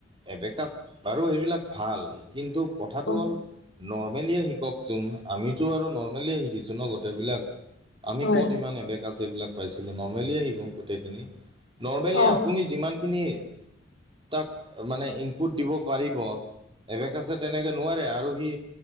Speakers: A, on the right; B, on the left.
A: এবেকাত বাৰু এইেইবিলাক ভাল। কিন্তু কথাটো
B: অ
A: হ'ল ন' মেলিয়ে শিককচোন। আমিতো আৰু নৰ্মেলিয়ে শিকিছো ন' গোটেইবিলাক। আমি
B: হয়
A: ক'ত ইমান এবেকাচ এইবিলাক পাইছিলো নৰ্মেলিয়ে শিকো গোটেইখিনি। নৰ্মেলি
B: অ
A: আপুনি যিমান খিনি। তাক মানে ইনপুট দিব পাৰিব। এবেকাচে তেনেকে নোৱা আৰু সি